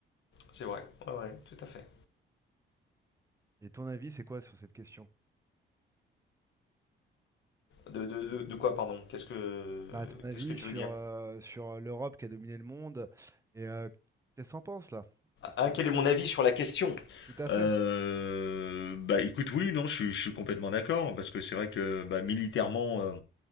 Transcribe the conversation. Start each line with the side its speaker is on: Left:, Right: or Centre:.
Left: C'est vrai, ouais, ouais, tout à fait.
Right: Et ton avis, c'est quoi sur cette question?
Left: De, de- de- de quoi, pardon? Qu'est-ce que,
Right: Bah, à ton avis
Left: qu'est-ce que tu
Right: sur,
Left: veux dire?
Right: euh, sur l'Europe qui a dominé le monde, et euh, qu'est-ce que t'en penses là? C'est ce
Left: Ah,
Right: que je
Left: quel
Right: viens de
Left: est
Right: dire.
Left: mon avis sur la question?
Right: Tout à fait.
Left: Euh, bah écoute, oui, non, je, suis je suis complètement d'accord, parce que c'est vrai que bah, militairement,